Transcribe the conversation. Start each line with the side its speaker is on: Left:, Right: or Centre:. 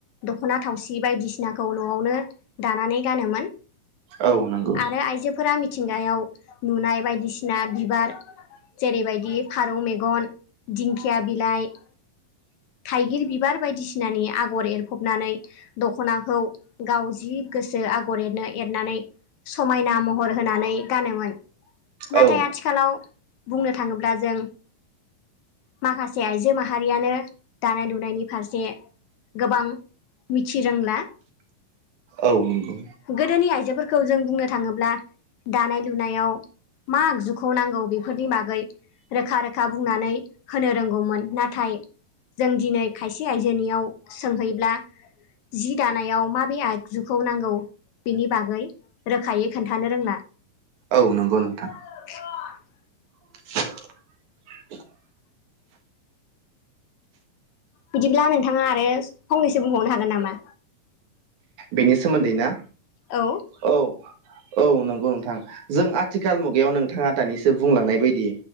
Left: दख'ना थावसि बायदिसिनाखौ न'आवनो दानानै गानोमोन।
Right: औ नंगौ
Left: आरो आइजोफोरा मिथिंगायाव नुनाय बायदिसिना बिबार। जेरैबायदि फारौ मेगन दिंखिया बिलाइ। थाइगिर बिबार बायदिसिनानि आगर एरफबनानै। दखनाखौ गाव जि गोसो आगर एरनो एरनानै। समायना महर होनानै गानोमोन। नाथाय
Right: औ
Left: आथिखालाव बुंनो थाङोब्ला जों। माखासे आइजो माहारियानो दानाय लुनायनि फारसे। गोबां मिथि रोंला।
Right: औ नोंगौ।
Left: गोदोनि आइजोफोरखौ जों बुंनो थाङोब्ला दानाय लुनायाव। मा आगजुखौ नांगौ बेफोरनि बागै रोखा रोखा बुंनानै। होनो रोंगौमोन नाथाय जों दिनै खायसे आयजोनियाव सोंहैब्ला। जि दानायाव माबे आगजुखौ नांगौ। बिनि बागै रोखायै खोन्थानो रोंला।
Right: औ नोंगौ नोंथां।
Left: <unintelligible>
Right: <inaudible>
Left: बिदिब्ला नोंथाङा आरो फंनैसो बुंबावनो हागोन नामा
Right: बेनि सोमोन्दै ना
Left: औ
Right: औ औ नंगौ नोंथां जों आथिखाल मुगायाव नोंथाङा दानिसो बुंलांनाय बायदि